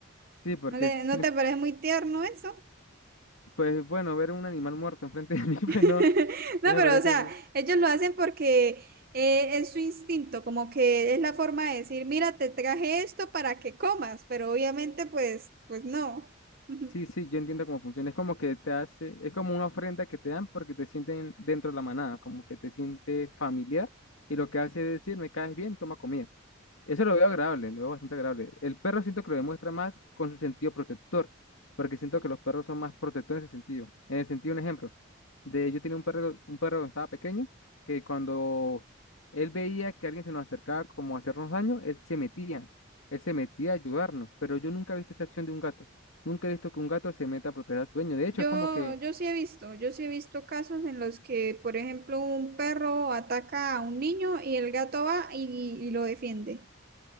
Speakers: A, on the left (about 85°); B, on the right (about 45°).
A: Sí, porque
B: ¿No le,
A: sí,
B: no te parece muy tierno eso?
A: pues bueno, ver un animal muerto enfrente de mí, <laughs>
B: <laughs>
A: pues no,
B: No,
A: no me
B: pero
A: parece
B: o sea, ellos lo hacen porque eh, es su instinto, como que es la forma de decir, mira, te traje esto para que comas, pero obviamente pues, pues no. <laughs>
A: Sí, sí, yo entiendo cómo funciona. Es como que te hace, es como una ofrenda que te dan porque te sienten dentro de la manada, como que te siente familiar y lo que hace es decir, me caes bien, toma comida. Eso lo veo agradable, lo veo bastante agradable. El perro siento que lo demuestra más con su sentido protector, porque siento que los perros son más protectores en ese sentido. En el sentido, un ejemplo, de yo tenía un perro, un perro cuando estaba pequeño, que cuando él veía que alguien se nos acercaba como a hacernos daño, él se metía, él se metía a ayudarnos, pero yo nunca he visto esa acción de un gato. Nunca he visto que un gato se meta a proteger a su dueño. De hecho,
B: Yo,
A: es como que,
B: yo sí he visto, yo sí he visto casos en los que, por ejemplo, un perro ataca a un niño y el gato va y, y lo defiende.